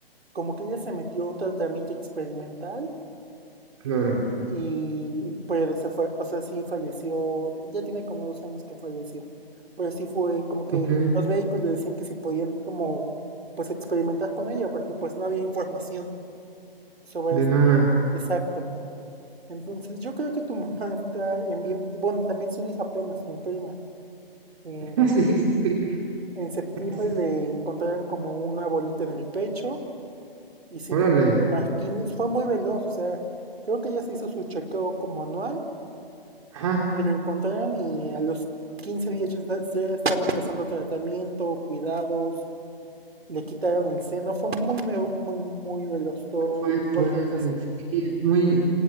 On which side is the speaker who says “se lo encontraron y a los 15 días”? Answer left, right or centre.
Right